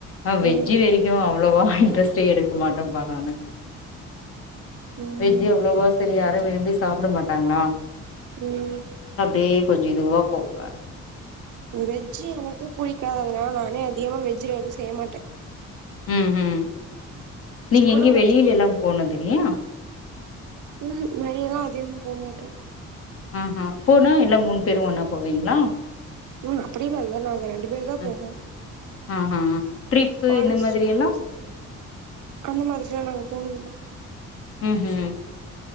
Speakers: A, on the left; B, on the right.
A: ஆ வெஜ்ஜி
B: ம்
A: வெரிக்க அவ அவ்வளவா இன்ட்ரெஸ்ட்டே எடுக்க மாட்டேப்பா நானு
B: ம்
A: வெஜ் எவ்ளோவ சரி யாரு விரும்பி சா சாப்பிட மாட்டாங்களா
B: உம்
A: டியே கொஞ்சோ இதுவா போவ
B: வெஜ் எனக்கே புடிக்காத நானே அதிகமா வெஜ்ல எதுவு செய்ய மாட்ட
A: ம் ம் நீங்க
B: கூட
A: எங்க
B: ஒரு
A: வெளியில எல்லா போனது இல்லையா
B: ம் கூ வெளிய எல்லா அதிகமா போ மாட்ட
A: ம் ம் போனா எல்லா மூணு பேரு ஒன்னா போவீங்களா
B: உம் அப்டியெல்ல இல்ல நாங்க ரெண்டு பேரு தா
A: ம்,
B: போவோ
A: ஆஹா ட்ரிப்பு
B: ஒருஸ்
A: இந்த மாதிரி எல்லா
B: அந்த மாதிரியெல்லா நாங்க போனதில்ல
A: ம் ம்